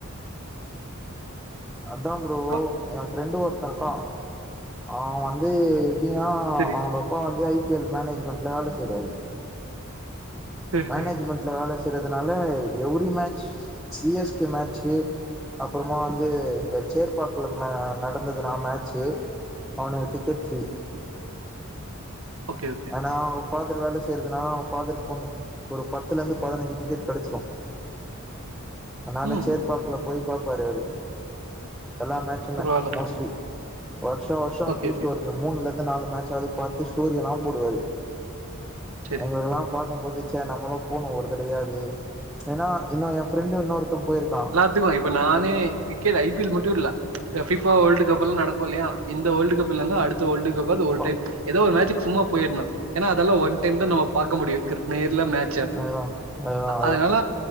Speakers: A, in the centre; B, on the right (about 80°).
A: அதாங ப்ரோ
B: ஆ
A: என் ஃப்ரெண்டு ஒருத்தன் இருக்கான் அவ வந்து கியாம்
B: சரி
A: அவுங்க அப்பா வந்து ஐ பி எல் மேனேஜ்மெண்ட்ல வேல செய்றாரு
B: சரி
A: மேனேஜ்மெண்ட்ல
B: சரி
A: வேல செய்றதுனால every match C S K match அப்பறமா வந்து இங்க சேர்பாக்கல நடந்ததுனா மேட்சு அவனுக்கு டிக்கெட் ஃப்ரீ
B: ஓகே ஓகே
A: நா அவுங்க ஃபாதர் வேல செய்றதுனால அவுங்க ஃபாதர்க்கு ஃபோண்ணு ஒரு பத்துல இருந்து பதினஞ்சி டிக்கெட் கெடச்சிறோம் அதனால
B: ம்
A: சேர்பாக் க்குல போய் பாப்பாரு அவரு எல்லா மேட்ச்
B: பரவாயில்ல
A: ம்யே மோஸ்ட்லி வருஷோம் வருஷோம் அட்லீஸ்ட்
B: ஓகே ஓகே
A: ஒரு மூணுல இருந்து நாலு மேட்சாவது பாத்து ஸ்டோரி எல்லாம் போடுவாரு
B: சரி
A: எங்களுக்கெல்லாம் பாக்கும்போது ச்ச நம்மளோ போனோ ஒரு தடவயாது ஏன்னா இன்னோ என் ஃப்ரெண்டு இன்னொருத்தன் போயிருக்கான்
B: இப்ப நானே கிரிக்கட் ஐ பி எல் மட்டோ இல்ல யப்ஃபிபா வேர்ல்டு கப் எல்லாம் நடக்கோம் இல்லையா இந்த வேர்ல்ட் கப்புல்லனா அடுத்து வோல்டு கப்பாது ஒரு
A: சோ
B: டைம் ஏதாவ் ஒரு மேட்சிக்கு சும்மா போயிருனோ ஏன்னா அதெல்லா ஒன் டைம் தான் நம்மங பாக்க முடியோம் நேர்ல மேட்ச
A: அதுதான் அதுதான்
B: அதனால